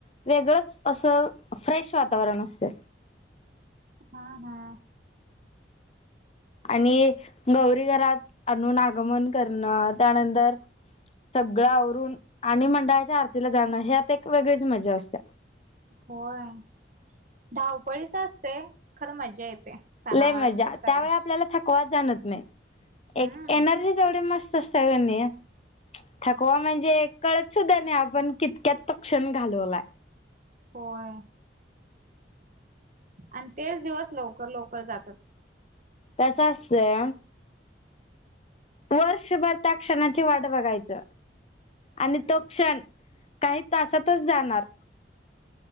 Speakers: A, on the left (about 35°); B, on the right (about 45°).
A: वेगळंच असं फ्रेश वातावरण असतय.
B: हा हा.
A: आणि गौरी घरात आणून आगमन करणं. त्यानंतर सगळं आवरून आणि मंडळाच्या आरतीला जाणं ह्यात एक वेगळीच मजा असते.
B: होय. धावपळीच असतय खरं मजा येते. सणावार
A: लय मजा
B: सण करायला.
A: त्यावेळी आपल्याला थकवा जाणवत नाय.
B: हम्म
A: एक एनर्जी एवढी मस् त कनी थकवा म्हणजे कळत सुद्धा नाय आपण कितक्यात तो क्षण घालवलाय.
B: होय. आणि तेच दिवस लवकर लवकर जातात.
A: कंस असतय वर्षभर त्या क्षणाची वाट बघायच आणि
B: हम्म
A: तो क्षण काही तासातच जाणार